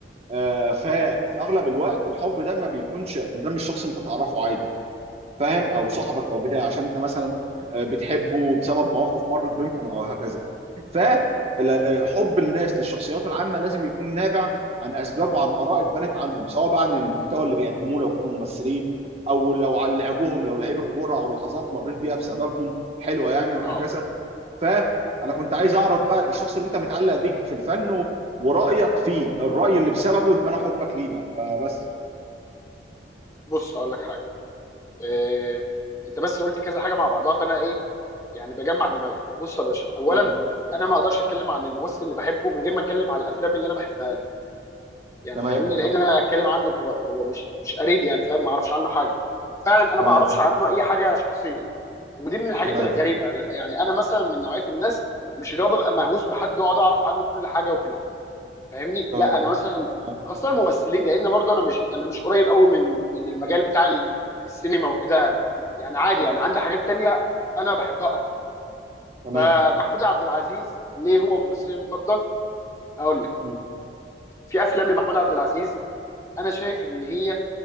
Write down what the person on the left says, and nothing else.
اه
بص اقول لك حاجه إيه... انت بس قلت كذا حاجه مع بعضها فانا ايه يعني بجمع دماغي بص يا باشا اولا
انا ما اقدرش اتكلم عن الممثل اللي بحبه من غير ما اتكلم على الافلام اللي انا بحبها له يعني
فاهمني لان انا اتكلم عنه هو هو مش مش قريب يعني فاهم ما اعرفش عنه حاجه فعلا انا
ما اعرفش عنه اي حاجه شخصيه ودي من الحاجات
الغريبه يعني انا مثلا من نوعيه الناس مش اللي هو ببقى مهووس بحد واقعد اعرف عنه كل حاجه وكده فاهمني
لا انا مثلا
خاصه الممثلين لان برضه انا مش انا مش قريب قوي من من المجال بتاع ال- السينما وكده يعني عادي يعني عندي حاجات تانية انا بحبها اكتر
فمحمود عبد العزيز ليه هو ممثلي المفضل هقول لك
في افلام لمحمود عبد العزيز انا شايف ان هي